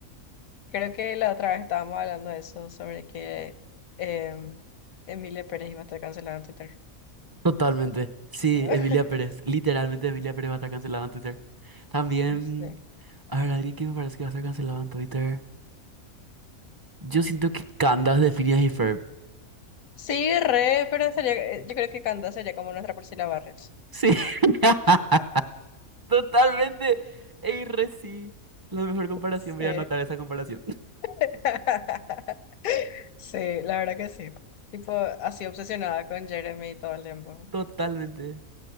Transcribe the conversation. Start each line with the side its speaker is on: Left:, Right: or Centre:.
Left: Creo que la otra vez estábamos hablando de eso, sobre que em, Emilia Pérez iba a estar cancelada en Twitter.
Right: Totalmente. Sí,
Left: <laughs>
Right: Emilia Pérez. Literalmente Emilia Pérez va a estar cancelada en Twitter. También,
Left: Sí.
Right: a ver, alguien que me parece que va a estar cancelado en Twitter. Yo siento que Candace de Phineas y Ferb.
Left: Sí, re, pero sería, eh, yo creo que Canda sería como nuestra Priscila Barrios.
Right: Sí, <laughs> totalmente. Ey, re sí. La mejor comparación,
Left: Sí.
Right: voy a anotar esa comparación.
Left: <laughs> Sí, la verdad que sí. Tipo, así obsesionada con Jeremy todo el tiempo.
Right: <laughs> Totalmente.